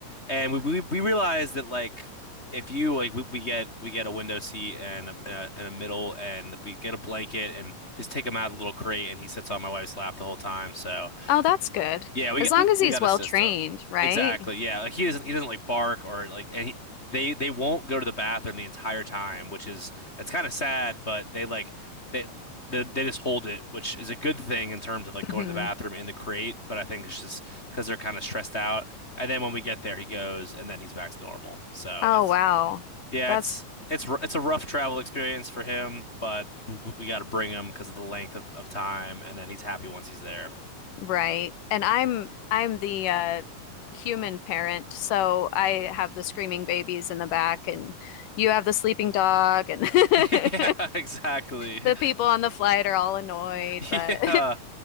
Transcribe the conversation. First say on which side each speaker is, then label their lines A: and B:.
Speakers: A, on the left; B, on the left.
A: and we we, we realized that like if you like we, we get we get a window seat and a, and a and a middle and we get a blanket and just take him out of the little crate and he sits on my wife's lap the whole time. So
B: Oh, that's good.
A: yeah, we
B: As
A: got
B: long
A: we,
B: as
A: we
B: he's
A: got
B: well
A: a system.
B: trained, right?
A: Exactly. Yeah, like he
B: Yeah.
A: doesn't he doesn't like bark or like and he, they they won't go to the bathroom the entire time, which is it's kind of sad, but they like they, they they just hold it, which is a good thing in terms of like going
B: hmm
A: to the bathroom in the crate, but I think it's just because they're kind of stressed out. And then when we get there, he goes and then he's back to normal. So
B: Oh,
A: it's
B: wow.
A: yeah,
B: That's
A: it's it's r- it's a rough travel experience for him, but we, we got to bring him because of the length of, of time, and then he's happy once he's there.
B: right. And I'm I'm the uh human parent, so I have the screaming babies in the back and you have the sleeping dog and
A: <laughs> Yeah,
B: <laughs>
A: exactly.
B: the people on the flight are all annoyed,
A: Yeah.
B: but